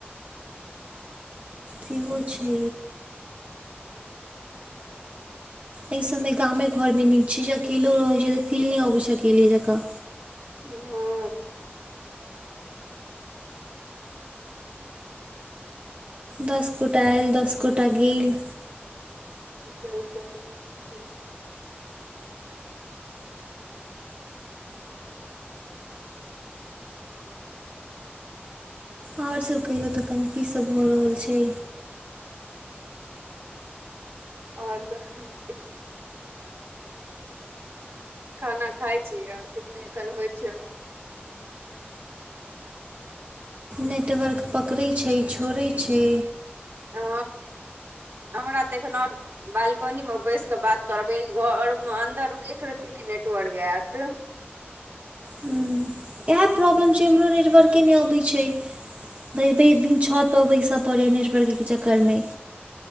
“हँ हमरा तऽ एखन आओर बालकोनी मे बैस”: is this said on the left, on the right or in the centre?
Right